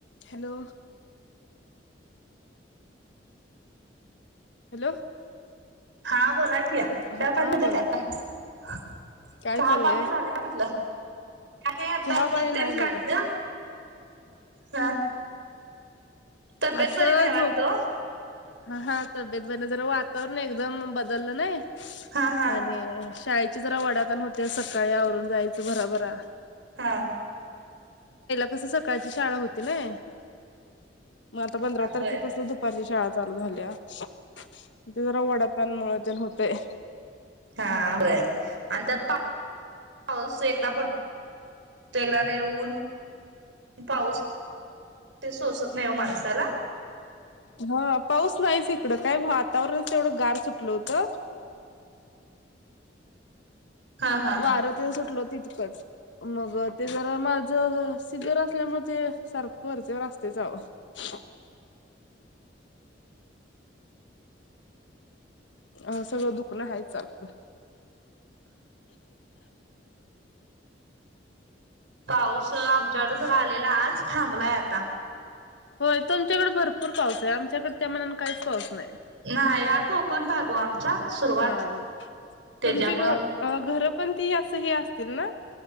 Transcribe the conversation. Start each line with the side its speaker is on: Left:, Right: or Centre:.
Left: Hello. Hello.
Right: हा बोला की चापाणि
Left: हा
Right: झालं
Left: बोला की
Right: काय?
Left: काय
Right: चहा
Left: चाललंय
Right: पाणी झालं का म्हटलं? काय नाही आता
Left: चहा पाणी
Right: दूधतेन
Left: नाही बघा
Right: काढलं. हा. तब्येत
Left: आता
Right: बरी नाही वाटत
Left: झोप
Right: ओ
Left: हा हा तब्येत बर जरा वातावरण एकदम बदललं नई.
Right: हा हा
Left: आणि शाळेचे जरा वडााताण होते सकाळी आवरून जायच भराभरा.
Right: हा.
Left: कस सकाळची शाळा होती नई. मग आता पंधरा तारखेपासून
Right: होय
Left: दुपारची शाळा चालू झाल्या. ते जरा वडाताणमुळ तेण होतय.
Right: हा. होय आणि त्यात पा -- पाऊस एकदा पड तोय एकदा नई ऊन -- पाऊस ते सोसत नाही हो माणसाला.
Left: हा पाऊस नाहीच इकडं काय वातावरणच एवढं गार सुटलं होतं.
Right: हा हा
Left: वारतेन सुटल होत तितकंच मग ते जरा मा -- ज सिजर असल्यामुळे ते सारखं वरच्यावरअसतयचं आओ. अ सगळं दुखणं हायच सारखं.
Right: पाऊस आमच्याकड जरा आलेला आज थांबलाय आता.
Left: होय तुमच्याकडे भरपूर पाऊस आहे आम च्याकड त्या मानान काईच पाऊस नाय
Right: नाही हा कोकण भाग ओ आमचा सुरुवात
Left: हा हा.
Right: त्याच्यामुळं
Left: तुमची घ अ घर पण ती असं हे असतील ना?